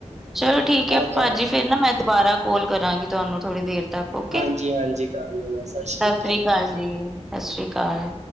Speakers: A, in the centre; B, on the right.
A: ਚਲੋ ਠੀਕ ਐ
B: ਇਹ ਤਾਂ
A: ਭਾਜੀ
B: ਹੈ
A: ਫੇਰ
B: ਫਿਰ।
A: ਨਾ ਮੈਂ ਦੁਬਾਰਾ ਕਾੱਲ ਕਰਾਂਗੀ ਤੁਆਨੂੰ ਥੋੜ੍ਹੀ ਦੇਰ ਤੱਕ। ਓਕੇ।
B: ਹਾਂਜੀ, ਹਾਂਜੀ ਕਰ ਲੈਣਾ ਸਾਸ਼ਰੀ
A: ਸਤਿ
B: ਕਾਲ
A: ਸ੍ਰੀ ਅਕਾਲ
B: ਜੀ।
A: ਜੀ ਸਾਸ਼ਰੀ ਕਾਲ।